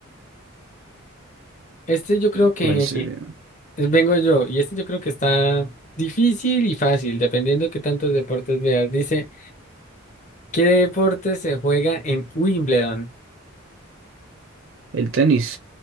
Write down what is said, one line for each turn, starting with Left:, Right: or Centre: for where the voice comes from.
Left: este yo creo que.
Right: ¿Cuál sería?
Left: Eh, Vengo yo, y este yo creo que está difícil y fácil, dependiendo qué tantos deportes veas. Dice, ¿qué deporte se juega en Wimbledon?
Right: El tenis.